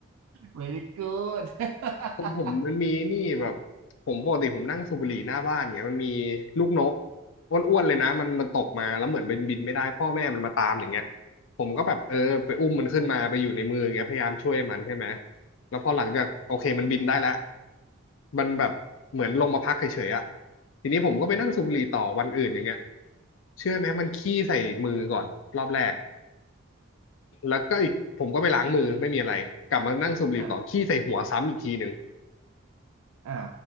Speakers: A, on the right (about 80°); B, on the left (about 60°).
A: very good <laughs>
B: ผมผมมันมีนี่แบบผมปกติผมนั่งสูบบุหรี่หน้าบ้านเงี้ยมันมีลูกนกอ้วนๆเลยนะมันมันตกมาแล้วเหมือนบินบินไม่ได้พ่อแม่มันมาตามอย่างเงี้ยผมก็แบบเออไปอุ้มมันขึ้นมาไปอยู่ในมืออย่างเงี้ยพยายามช่วยมันใช่ไหมแล้วพอหลังจากโอเคมันบินได้แล้วมันแบบเหมือนลงมาพักเฉยๆอะทีนี้ผมก็ไปนั่งสูบบุหรี่ต่อวันอื่นอย่างเงี้ยเชื่อไหมมันขี้ใส่มือก่อนรอบแรกแล้วก็อีกผมก็ไปล้างมือไม่มีอะไรกลับมานั่งสูบบุหรี่ต่อขี้ใส่หัวซ้ำอีกทีหนึ่ง
A: อ่าอ่าอ่า